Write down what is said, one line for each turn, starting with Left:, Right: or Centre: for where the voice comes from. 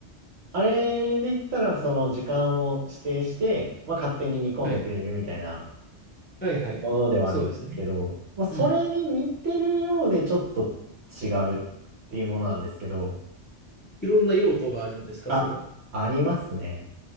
Right: あれで言ったら、その時間を指定して、まあ、勝手に煮込んでくれるみたいな
Left: はい。はいはい。
Right: ものではあるんですけど、
Left: そうですね。
Right: まあ、それに似てるようでちょっと
Left: うん。
Right: 違うっていうものなんですけど、
Left: いろんな用途があるんですか、
Right: あ、
Left: それは。
Right: ありますね。